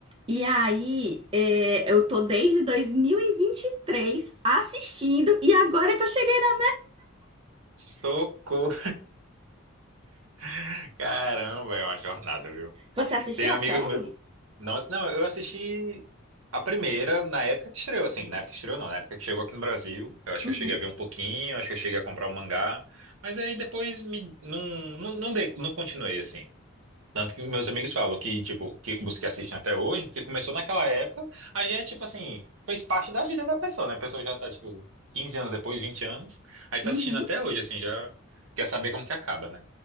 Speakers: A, on the right (about 25°); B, on the right (about 75°).
A: E aí, é, eu tô desde 2023 assistindo e agora que eu cheguei na.
B: Socorro! <laughs> Caramba, é uma jornada, viu?
A: Você assistiu
B: Tem amigos
A: a série?
B: meus. Não, não, eu assisti a primeira na época que estreou, assim. Na época que estreou, não. Na época que chegou aqui no Brasil. Eu acho
A: Uhum,
B: que eu cheguei a ver um pouquinho, acho que eu cheguei a comprar o mangá. Mas aí depois me, não, não, não, dei- não continuei, assim. Tanto que meus amigos falam que, tipo, que os que assistem até hoje, porque começou naquela época, aí já é, tipo assim, fez parte da vida da pessoa, né? A pessoa já tá, tipo, 15 anos depois, 20 anos, aí tá
A: uhum.
B: assistindo até hoje, assim, já quer saber como que acaba, né?